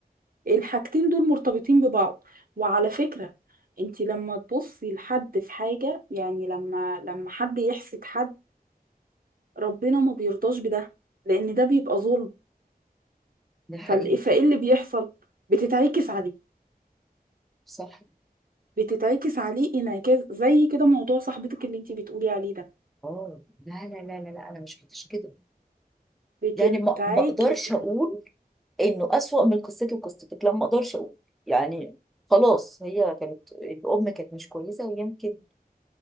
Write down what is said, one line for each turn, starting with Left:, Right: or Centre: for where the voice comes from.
Right: الحاجتين دول مرتبطين ببعض وعلى فكرة انت لما تبصي لحد في حاجة يعني لما لما حد يحسد حد ربنا ما بيرضاش بده لأن ده بيبقى ظلم
Centre: ده حقيقي
Right: فال- فايه اللي بيحصل بتتعكس عليه
Centre: صح
Right: بتتعكس عليه انعكاس زي كده موضوع صاحبتك اللي انت بتقولي عليه ده
Centre: اه لا لا لا لا لا انا مش كنتش كده
Right: بتنعكس
Centre: يعني ما ما اقدرش اقول
Right: عليه.
Centre: انه اسوأ من قصتي وقصتك لا ما اقدرش اقول يعني خلاص هي كانت الام كانت مش كويسه ويمكن